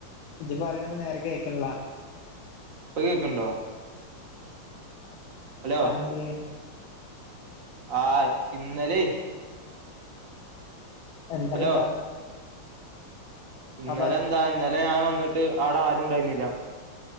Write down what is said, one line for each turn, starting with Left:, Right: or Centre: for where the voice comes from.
Left: ഇജ് പറിണപ്പനേരെ കേക്ക്ൺല്ല
Right: പ്പ കേക്ക്ണ്ടോ ഹലോ
Left: അഎന്ത്യേ
Right: ആഹ് ഇന്നലെയ്
Left: അഹ് ഇന്നലെന്താ
Right: ഹലോ ഇന്നലെന്താ
Left: പറ
Right: ഇന്നലെ ഞാൻ വന്നിട്ട് അവിടെ ആരുണ്ടായിരുന്നില്ല